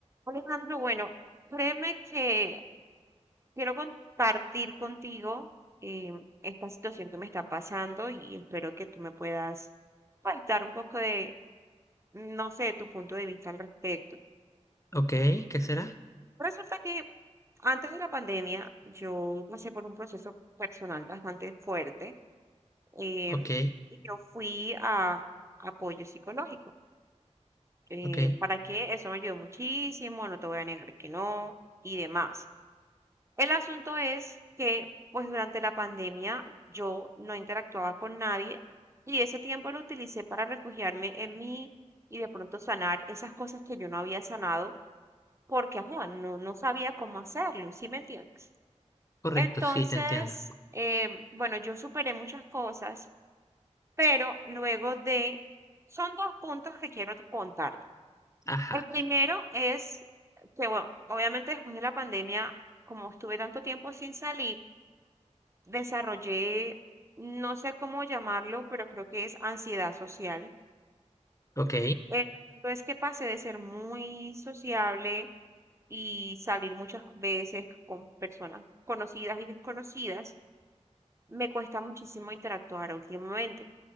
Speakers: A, on the right; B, on the left.
A: Alejandro, bueno, créeme que quiero compartir contigo eh, esta situación que me está pasando y espero que tú me puedas pues, dar un poco de, no sé, tu punto de vista al respecto.
B: Ok, ¿qué será?
A: Em, resulta que antes de la pandemia yo pasé por un proceso personal bastante fuerte em,
B: Ok,
A: y yo fui a apoyo psicológico eh,
B: ok,
A: ¿para qué? Eso me ayudó muchísimo, no te voy a negar que no, y demás. El asunto es que, pues durante la pandemia yo no interactuaba con nadie y ese tiempo lo utilicé para refugiarme en mí y de pronto sanar esas cosas que yo no había sanado porque, ajá, no, no sabía cómo hacerlo, ¿sí me entiendes?
B: correcto,
A: Entonces,
B: sí, te entiendo.
A: em, bueno, yo superé muchas cosas, pero luego de... Son dos puntos que quiero contar
B: Ajá,
A: el primero es que, bueno, obviamente después de la pandemia, como estuve tanto tiempo sin salir, desarrollé, no sé cómo llamarlo, pero creo que es ansiedad social.
B: ok,
A: El asunto es que pasé de ser muy sociable y salir muchas veces con personas conocidas y desconocidas. Me cuesta muchísimo interactuar últimamente,